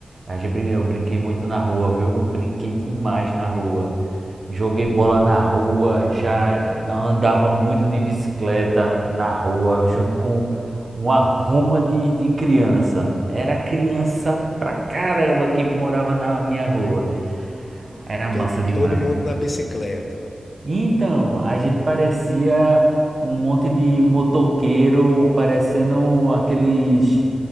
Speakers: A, on the right; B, on the left.
A: a gente brinca- eu brinquei muito na rua, viu? Brinquei demais na rua. Joguei bola na rua, já andava muito de bicicleta na rua, junto com uma ruma de, de criança. Era criança pra caramba que morava na minha rua. Era massa
B: To-
A: demais,
B: Todo mundo
A: mano.
B: na bicicleta,
A: Então, a gente parecia um monte de motoqueiro, parecendo aqueles